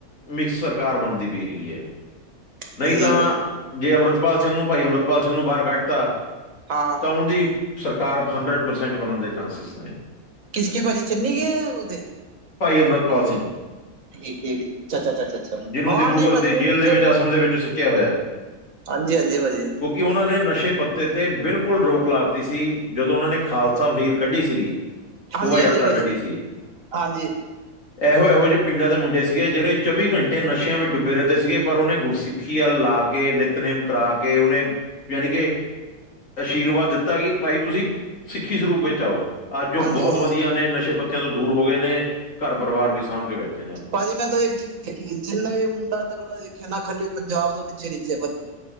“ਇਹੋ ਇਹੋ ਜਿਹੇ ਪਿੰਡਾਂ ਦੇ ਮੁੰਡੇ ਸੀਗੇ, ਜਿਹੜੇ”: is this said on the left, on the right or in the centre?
Left